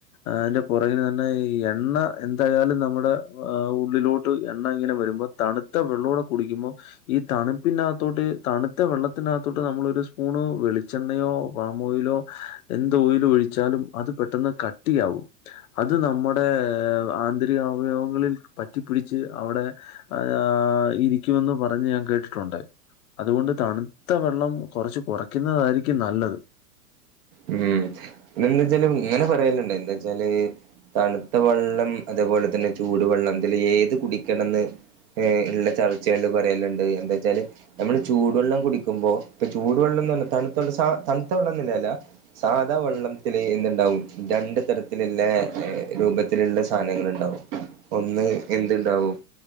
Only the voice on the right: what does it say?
ഉം പിന്നെന്താ വെച്ചാല് ഇങ്ങനെ പറയല്ണ്ട് എന്താ വെച്ചാല് തണുത്ത വെള്ളം അത്പോലെ തന്നെ ചൂടുവെള്ളം ഇതില് ഏത് കുടിക്കണന്ന് ഏഹ് ഇള്ള ചർച്ച ആയോണ്ട് പറയലിണ്ട് എന്താ വെച്ചാല് നമ്മള് ചൂടുവെള്ളം കുടിക്കുമ്പോ ഇപ്പൊ ചൂടുവെള്ളം എന്ന് പറഞ്ഞ തണുത്ത വെള്ളം സ തണുത്ത വെള്ളന്നില്ല എല്ലാ സാധാ വെള്ളം വെള്ളത്തില് എന്ത്ണ്ടാവും രണ്ട് തരത്തിലിള്ളേ രൂപത്തില്ള്ള സാധനങ്ങള്ണ്ടാവും ഒന്ന് എന്ത്ണ്ടാവും